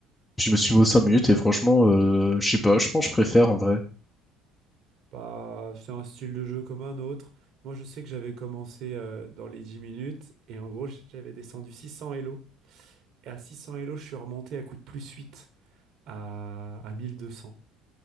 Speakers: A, on the left; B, on the right.
A: Puis, je me suis mis aux 5 minutes et franchement, euh, je sais pas, je pense que je préfère en vrai.
B: Bah, c'est un style de jeu comme un autre. Moi, je sais que j'avais commencé euh, dans les 10 minutes et en gros, j'avais descendu 600 Elo. Et à 600 Elo, je suis remonté à coup de plus 8 à, à 1200.